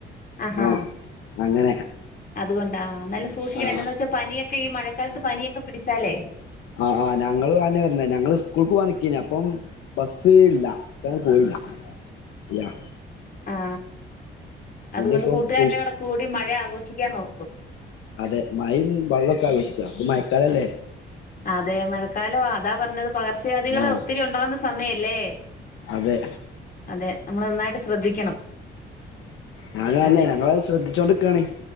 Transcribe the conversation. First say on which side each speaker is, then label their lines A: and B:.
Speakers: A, on the left (about 45°); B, on the left (about 85°).
A: ആഹാ
B: ആ അങ്ങനെ
A: അതുകൊണ്ടാ ആ നല്ല സൂക്ഷിക്കണം
B: ആ
A: എന്നാന്ന് വെച്ചാ പനിയൊക്കെ ഈ മഴക് ക്കാലത്ത് പനിയൊക്കെ പിടിച്ചാലേ
B: ആഹ് ആ ഞങ്ങളും ആന്നെയാ പറഞ്ഞെ ഞങ്ങള് ഉസ്കൂൾക്ക് പോവാൻ നിക്കേന്നി അപ്പം ബസ് ഇല്ല <unintelligible> പോയില്ല ഇല്ലാ
A: ആ അതുകൊണ്ട്
B: ഇപ്പം
A: കൂട്ടുകാരനെ
B: കുളി
A: കൂടെ കൂടി മഴ ആഘോഷിക്ക ഇക്ക ആന്ന് ഓർത്തു
B: അതെ മഴേം വെള്ളമൊക്കെ ആഘോഷിക്കാ ഇപ്പം മഴക്കാലം അല്ലേ
A: അതെ മഴക്കാലം ആ അതാ പറഞ്ഞത് പകർച്ചവ്യാധികൾ
B: ആ
A: ഒത്തിരി ഉണ്ടാകുന്ന സമയല്ലേ
B: അതെ
A: അതെ നമ്മൾ നന്നായിട്ട് ശ്രദ്ധിക്കണം
B: ഞാന തന്നേ
A: അതെ
B: ഞങ്ങളത് ശ്രദ്ധിച്ചോണ്ട്രിക്കണേ